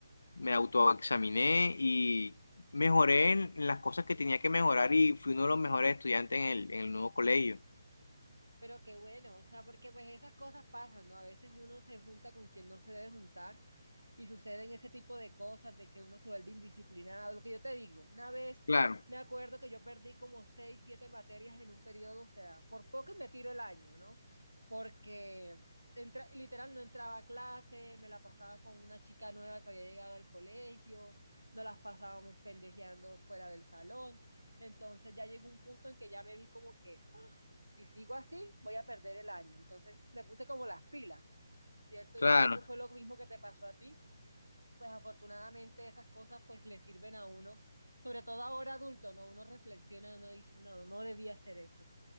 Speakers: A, on the left; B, on the right.
A: me autoexaminé y mejoré en, en las cosas que tenía que mejorar y fui uno de los mejores estudiantes en el, en el nuevo colegio.
B: Pero qué bueno, o sea, porque pues esas cosas pasan, ¿no? A veces uno se junta con quien no se debe juntar y suceden ese tipo de cosas, de que uno se vuelve indisciplinado, lo que yo te digo, una vez
A: Claro,
B: me acuerdo que yo perdí como seis, siete materias en un periodo, o sea, por poco y me tiro el año, ¿no? Porque entra- literal no entraba a clase, me la pasaba con una chica nueva que había llegado al colegio, nos las pasábamos pendejeando fuera del salón, entonces ya llegó un punto en que ya me vi como que si sigo así, voy a perder el año, entonces me puse como las pilas, ¿cierto?
A: claro.
B: Y creo que fue lo mismo que te pasó a ti pues afortunadamente esas cosas pues le sirven a uno, sobre todo ahora adulto, ¿no? Uno reflexiona, uno dice, no, no debía hacer eso.